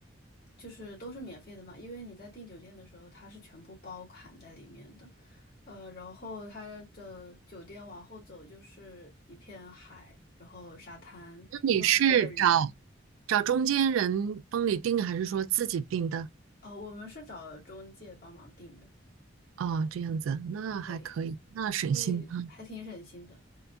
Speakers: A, on the left (about 50°); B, on the right (about 85°).
A: 就是都是免费的嘛，因为你在订酒店的时候，它是全部包含在里面的。呃，然后它的酒店往后走就是一片海，然后沙滩，
B: 那你是找
A: 就很多的人。
B: 找中间人帮你订，还是说自己订的？
A: 哦，我们是找中介帮忙订的，
B: 啊？这样子，那还可以，
A: 对，
B: 那省心啊。
A: 会还挺省心的。